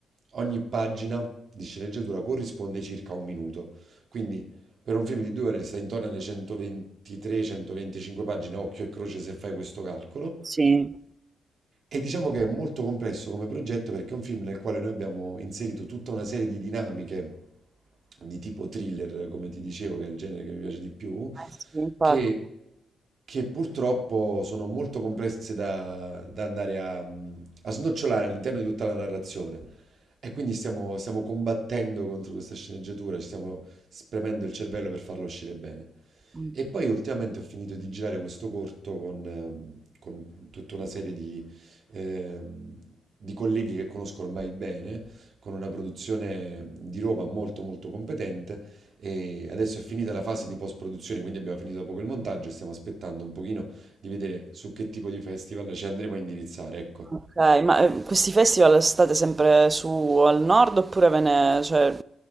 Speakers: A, on the right; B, on the right.
A: ogni pagina di sceneggiatura corrisponde circa a un minuto. Quindi per un film di due ore stai intorno alle 123-125 pagine, occhio e croce se fai questo calcolo.
B: Sì.
A: E diciamo che è molto complesso come progetto perché è un film nel quale noi abbiamo inserito tutta una serie di dinamiche di tipo thriller, come ti dicevo, che è il genere che mi piace di più,
B: Eh sì, infatti.
A: che, che purtroppo sono molto complesse da, da andare a, a snocciolare all'interno di tutta la narrazione. E quindi stiamo, stiamo combattendo contro questa sceneggiatura, ci stiamo spremendo il cervello per farla uscire bene.
B: Mm.
A: E poi ultimamente ho finito di girare questo corto con, ehm, con tutta una serie di, ehm, di colleghi che conosco ormai bene, con una produzione di roba molto molto competente e adesso è finita la fase di post-produzione, quindi abbiamo finito da poco il montaggio e stiamo aspettando un pochino di vedere su che tipo di festival ci andremo a indirizzare, ecco.
B: Ok, ma eh, questi festival state sempre su al nord oppure ve ne, cioè,